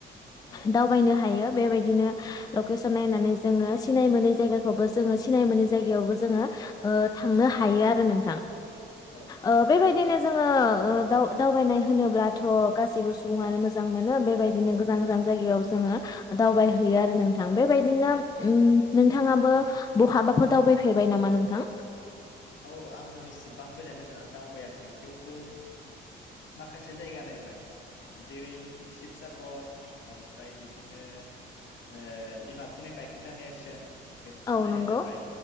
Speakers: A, on the left; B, on the left.
A: औ
B: दावबायनो हायो। बेबायदिनो लकेसन नायनानै जोङो सिनाय मोनै जायगाखौबो जोङो सिनाय मोनै जायगायावबो जोङो थांनो हायो आरो नोंथां।
A: औ
B: ओ बेबायदिनो जोङो ओ दाव-दावबायनाय होनोब्लाथ' गासैबो सुबुङानो मोजां मोनो बेबायदिनो गोजान गोजान जायगायाव जोङो दावबाय हैयो आरो नोंथां बेबायदिनो उम, नोंथाङाबो बहाबाफोर दावबायफेरबाय नामा नोंथां?
A: औ आङो इसेबां गोजान गोजानाव दावबायाखै थेवबो, माखासे जायगा नायबाय। जेरै शिबसागर ओमफ्राय बिदिनो ओ डिमापुरनि बायखोन्दा नेरसोन बेफोरखौ
B: औ
A: नायनाय
B: नंगौ
A: जाबाय